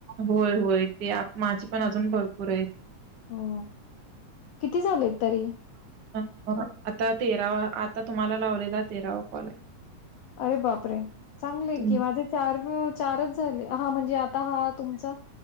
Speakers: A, on the right; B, on the left.
A: होय होय ते माझे पण अजून भरपूर आहेत
B: हो किती झालेत तरी
A: अ आता तेरावा, आता तुम्हाला लावलेला तेरावा कॉल आहे.
B: अरे बापरे, चांगलय
A: तुम
B: की माझे चार चारच झाले, हा म्हणजे आता हा तुमचा,